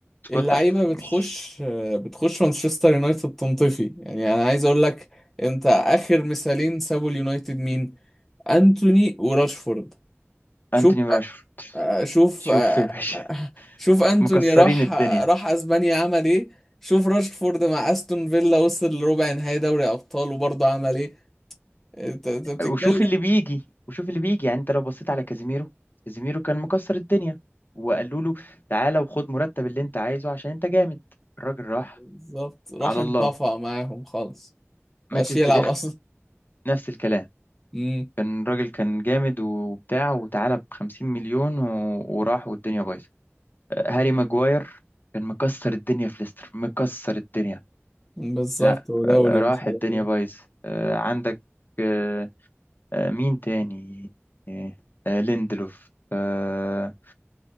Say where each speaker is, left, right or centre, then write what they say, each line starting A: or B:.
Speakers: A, on the left; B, in the centre.
A: سكواد
B: اللعيبه
A: ضعيف
B: بتخش
A: مش
B: بتخش مانشستر يونايتد تنطفي يعني انا عايز اقول لك انت اخر مثالين سابوا اليونايتد مين انتوني وراشفورد شوف
A: انتوني وراشفورد
B: آه، شوف
A: شوف
B: آه،
A: يا باشا
B: شوف انتوني
A: مكسرين
B: راح
A: الدنيا
B: آه، راح اسبانيا عمل ايه شوف راشفورد مع استون فيلا وصل لربع نهائي دوري ابطال وبرضه عمل ايه انت انت بتتكلم
A: وشوف اللي بيجي وشوف اللي بيجي يعني انت لو بصيت على كازيميرو كازيميرو كان مكسر الدنيا وقالوا له تعالى وخد مرتب اللي انت عايزه عشان انت جامد الراجل راح
B: بالظبط راح
A: على
B: انطفى
A: الله
B: معاهم خالص
A: ماتيس
B: مبقاش يلعب
A: ديليخت
B: اصلا
A: نفس الكلام
B: امم
A: كان الراجل كان جامد وبتاع وتعالى ب 50 مليون و... وراح والدنيا بايظه هاري ماجواير كان مكسر الدنيا في ليستر مكسر الدنيا
B: بالظبط
A: لا
B: ودوري
A: آه، راح
B: ومش عارف
A: الدنيا
B: ايه
A: بايظ آه، عندك آه، آه، مين تاني آه، آه، ليندلوف آه،